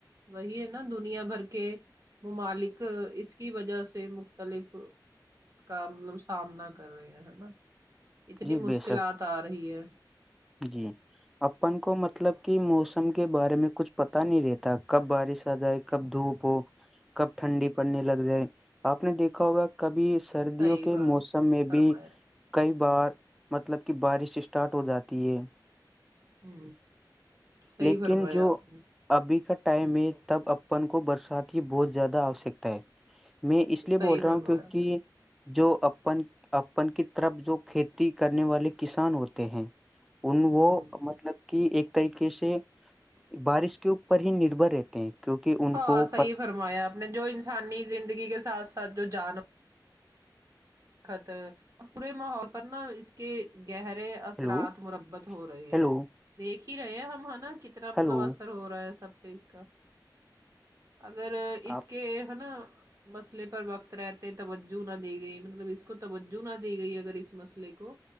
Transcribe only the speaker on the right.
وہی ہے نا دنیا بھر کے ممالک اس کی وجہ سے مختلف کا مطلب سامنا کر رہے ہیں ہے نا اتنی
مشکلات
آ رہی ہے
صحیح
بات
فرمایا
ہ ہ صحیح
بروایا
آپ نے
صحیح
فرمایا
ہوں
ہاں
صحیح
فرمایا آپ نے جو انسانی زندگی کے ساتھ ساتھ جو جان خطر اور پورے ماحول پر نا اس کہ گہرے اثرات
مربت ہو رہے
ہیں دیکھ ہی رہے ہیں ہم ہ نا ک اتنا مطلب
اثر ہو رہا ہے سب پہ اس کا اگر اس
کے ہے نا مسئلے پر وقت رہتے توجہ نہ دی گئی م مطلب اس کو توجہ نہ دی گئی اگر اس مسئلے کو